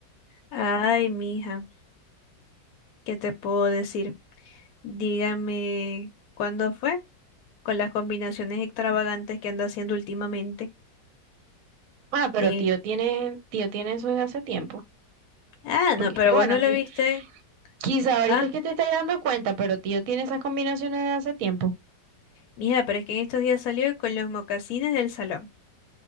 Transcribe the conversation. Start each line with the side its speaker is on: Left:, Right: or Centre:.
Left: Ay, mija, ¿qué te puedo decir? Dígame, ¿cuándo fue? Con las combinaciones extravagantes que anda haciendo últimamente.
Right: Ah, pero
Left: De-
Right: tío tiene, tío tiene eso desde hace tiempo.
Left: Ah,
Right: Porque
Left: no, pero
Right: es que bueno,
Left: vos no
Right: aquí
Left: lo viste.
Right: quizá ahorita
Left: Ah,
Right: es que te estás dando cuenta, pero tío tiene esas combinaciones de hace tiempo.
Left: mija, pero es que en estos días salió con los mocasines del salón,